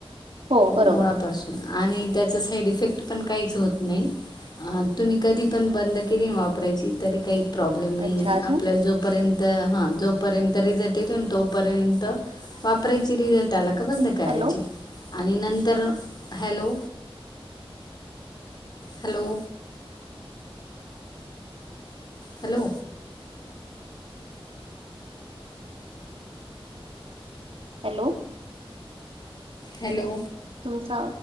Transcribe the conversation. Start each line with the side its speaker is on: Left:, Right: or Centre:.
Right: हो बरोबर.
Left: मुळापासून आणि त्याचा साईड इफेक्ट पण काहीच होत नाही. अ तुम्ही कधी पण बंद केली वापरायची तरी काही प्रॉब्लेम नाही
Right: अच्छा
Left: आहे
Right: अजून
Left: आपल्याला जोपर्यंत हां जोपर्यंत रिझट येतो आणि तो पर्यंत वापरायची रिझल्ट आला का बंद करायची
Right: हॅलो
Left: आणि नंतर hello. Hello. Hello.
Right: Hello.
Left: Hello.
Right: तुमचा